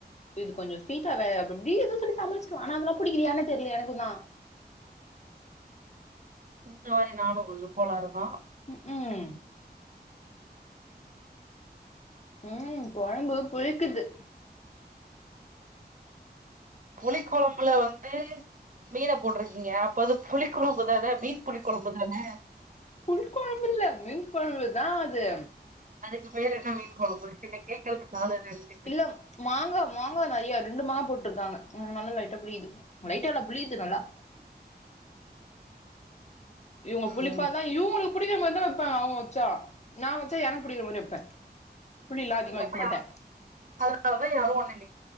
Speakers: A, on the left; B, on the right.
A: இது கொஞ்சோ ஸ்வீட்டா வா அப்ப அப்டி ஏதோ சொல்லி சமாளிச்சுடுவே ஆனா அதுல்லா புடிக்குது ஏன்னே தெரில எனக்கு தா
B: இந்த மாறி நானு கொஞ்சோ கோளாறுதா
A: ம் உம் உம் கொழம்பு புளிக்குது
B: புளி கொழம்புல வந்து மீன போட்டிருக்கீங்க இப்ப அது புளி கொழம்பு தானே மீன் புளி கொழம்பு தானே
A: புளி கொழம்பு இல்ல மீன் கொழம்புதா அது
B: அதுக்கு பேர் என்ன மீன் கொளம்பு என்ன கேக்கறதுக்கு ஆள் இல்லடி
A: இல்ல மாங்கா மாங்கா நெறயா ரெண்டு மாங்கா போட்டிருக்காங்க அன்னால லைட்டா புளியுது லைட்டால்ல புளியுது நல்லா இவங்க புளிப்பாதா
B: ம்
A: இவுங்களுக்கு புடிக்கிற மாறி தா வெப்பாங்க அவங்க வச்சா நா வச்சா எனக்கு புடிக்கிற மாறி வெப்பே புளிலா அதிகமா
B: அதனால
A: வெக்க
B: தா <unintelligible>
A: மாட்டே
B: அதனாலதா யாரும் ஒண்ணு இல்ல